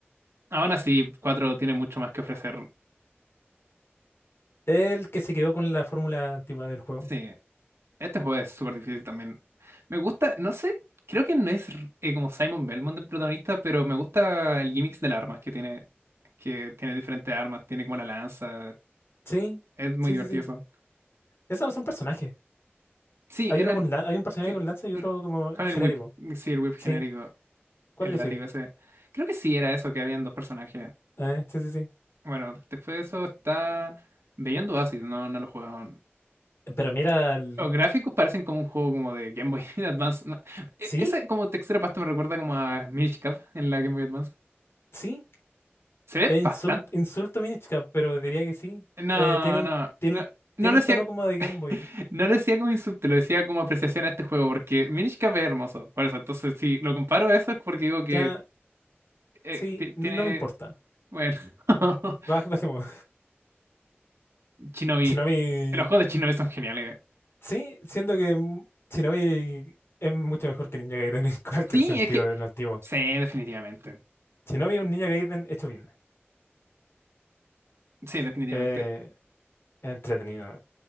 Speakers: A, on the right; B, on the left.
A: aún así 4 tiene mucho más que ofrecer.
B: el que se quedó con la fórmula antigua del juego.
A: Sí, este juego es súper difícil también. Me gusta, no sé, creo que no es eh, como Simon Belmont el protagonista, pero me gusta el gimmicks de las armas que tiene, que tiene diferentes armas, tiene como la lanza.
B: Sí,
A: Es muy
B: sí,
A: divertido
B: sí, sí.
A: eso.
B: Esos no son personajes.
A: Sí,
B: Hay
A: eran.
B: uno con la- hay un personaje
A: Sí.
B: con lanza y
A: mm,
B: otro como
A: Con
B: genérico.
A: el whip. Sí, el whip
B: Sí,
A: genérico.
B: ¿cuál
A: El
B: es
A: látigo
B: el que sigue?
A: ese. Creo que sí era eso que habían dos personajes.
B: Eh, sí, sí, sí.
A: Bueno, después de eso está. Beyond Oasis, no, no lo jugaban.
B: Pero mira, el-
A: Los gráficos parecen como un juego como de Game Boy <laughs> Advance. no. E-
B: sí,
A: Esa como textura pasta me recuerda como a Minish Cap en la Game Boy Advance.
B: sí.
A: Se ve
B: Eh,
A: bastante.
B: insult- insulto Minish Cap, pero diría que sí.
A: No,
B: Eh, tiene un,
A: no.
B: tiene
A: No,
B: un
A: no
B: tiene
A: lo
B: un
A: decía.
B: tono como de
A: <laughs>
B: Game Boy.
A: No lo decía como insulto, lo decía como apreciación a este juego, porque Minish Cap es hermoso. Por eso, entonces, si lo comparo a eso es porque digo que
B: Ya,
A: eh,
B: sí,
A: ti- tiene,
B: no me importa.
A: bueno, <laughs>
B: Baj- bajemos.
A: Shinobi,
B: <laughs> Shinobi.
A: los juegos de Shinobi son geniales.
B: Sí, siento que mm, Shinobi es mucho mejor que Ninja Gaiden en <laughs> cualquier
A: Sí,
B: sentido
A: es que,
B: del antiguo.
A: sí, definitivamente.
B: Shinobi es un Ninja Gaiden hecho bien.
A: Sí, definitivamente.
B: Eh, es entretenido.